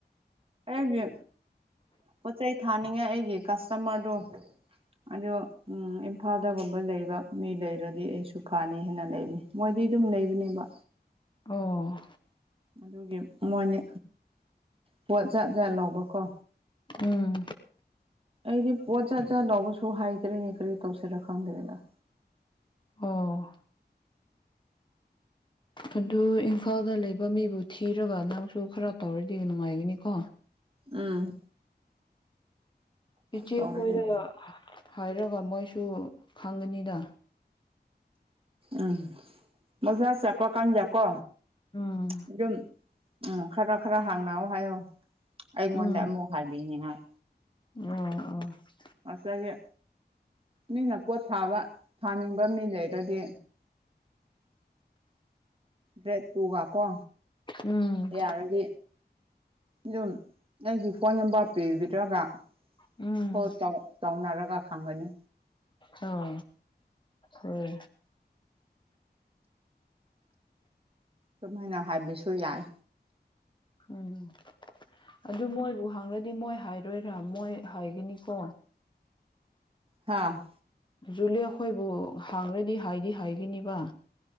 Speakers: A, on the right; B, on the left.
A: ꯑꯩꯒꯤ ꯄꯣꯠ ꯆꯩ ꯊꯥꯅꯤꯡꯉꯥꯏ ꯑꯩꯒꯤ ꯀꯁꯇꯃ꯭ꯔꯗꯣ ꯑꯗꯣ ꯎꯝ ꯏꯝꯐꯥꯜꯗꯒꯨꯝꯕ ꯂꯩ ꯃꯤ ꯂꯩꯔꯗꯤ ꯑꯩꯁꯨ ꯐꯅꯤ ꯍꯥꯏꯅ ꯂꯩꯅꯤ ꯃꯣꯏꯗꯤ ꯑꯗꯨꯝ ꯂꯩꯕꯅꯦꯕ
B: ꯑꯣ
A: ꯑꯗꯨꯒꯤ ꯃꯣꯏꯅ ꯄꯣꯠ ꯖꯥꯠ ꯖꯥꯠ ꯂꯧꯕꯀꯣ
B: ꯎꯝ
A: ꯑꯩꯗꯤ ꯄꯣꯠ ꯖꯥꯠ ꯖꯥꯠ ꯂꯧꯕꯁꯨ ꯍꯥꯏꯗ꯭ꯔꯦꯅꯦ ꯀꯔꯤ ꯇꯧꯁꯤꯔꯣ ꯈꯪꯗꯦꯗ
B: ꯑꯣ ꯑꯗꯨ ꯏꯝꯐꯥꯜꯗ ꯂꯩꯕ ꯃꯤꯕꯨ ꯊꯤꯔꯒ ꯅꯪꯁꯨ ꯈꯔ ꯇꯧꯔꯗꯤ ꯅꯨꯡꯉꯥꯏꯒꯅꯤꯀꯣ
A: ꯎꯝ
B: ꯏꯆꯦ
A: ꯇꯧꯔꯗꯤ
B: ꯈꯣꯏꯗ ꯍꯥꯏꯔꯒ ꯃꯣꯏꯁꯨ ꯈꯪꯒꯅꯤꯗ
A: ꯎꯝ ꯃꯖꯥ ꯆꯄꯀꯥꯟꯗꯀꯣ
B: ꯎꯝ
A: ꯑꯗꯨꯝ ꯎꯝ ꯈꯔ ꯈꯔ ꯍꯥꯡꯅꯥꯎ ꯍꯥꯏꯌꯣ ꯑꯩꯉꯣꯟꯗ
B: ꯎꯝ
A: ꯑꯃꯨꯛ ꯍꯥꯏꯕꯤꯅꯤꯡꯉꯥꯏ
B: ꯑꯣ ꯑꯣ
A: ꯉꯁꯥꯏꯒꯤ ꯃꯤꯅ ꯄꯣꯠ ꯊꯥꯕ ꯊꯥꯅꯤꯡꯕ ꯃꯤ ꯂꯩꯔꯤ ꯔꯗꯤ ꯔꯦꯗ ꯇꯨꯒ ꯀꯣ
B: ꯎꯝ
A: ꯌꯥꯔꯗꯤ ꯑꯗꯨꯝ ꯅꯪꯒꯤ ꯐꯣꯟ ꯅꯝꯕꯔ ꯄꯤꯕꯤꯗ꯭ꯔꯒ
B: ꯎꯝ
A: ꯐꯣꯜ ꯇꯧ ꯇꯧꯅꯔꯒ ꯈꯪꯒꯅꯤ
B: ꯑꯣ ꯔꯦ
A: ꯑꯗꯨꯃꯥꯏꯅ ꯍꯥꯏꯕꯁꯨ ꯌꯥꯏ
B: ꯎꯝ ꯑꯗꯨ ꯃꯣꯏꯕꯨ ꯍꯥꯡꯅꯗꯤ ꯃꯣꯏ ꯍꯥꯏꯔꯣꯏꯔꯥ ꯃꯣꯏ ꯍꯥꯏꯒꯅꯤꯀꯣ
A: ꯍꯥꯥ
B: ꯖꯨꯂꯦ ꯈꯣꯏꯕꯨ ꯍꯥꯡꯈ꯭ꯔꯗꯤ ꯍꯥꯏꯗꯤ ꯍꯥꯏꯒꯅꯤꯕ